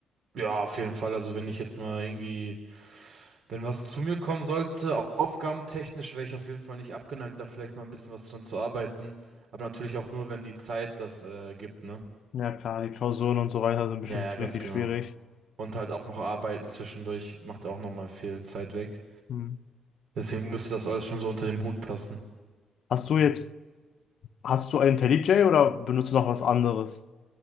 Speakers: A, on the right; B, on the left.
A: Ja, auf jeden Fall. Also wenn ich jetzt mal irgendwie, wenn was zu mir kommen sollte, au- aufgabentechnisch wäre ich auf jeden Fall nicht abgeneigt, da vielleicht mal ein bisschen was dran zu arbeiten. Aber natürlich auch nur, wenn die Zeit das äh, gibt, ne?
B: Ja, klar, die Klausuren und so weiter sind bestimmt
A: Ja, ja, ganz
B: richtig
A: genau.
B: schwierig.
A: Und halt auch noch arbeiten zwischendurch macht auch nochmal viel Zeit weg.
B: Hm.
A: Deswegen müsste das alles schon so unter dem Hut passen.
B: Hast du jetzt, hast du ein IntelliJ oder benutzt du noch was anderes?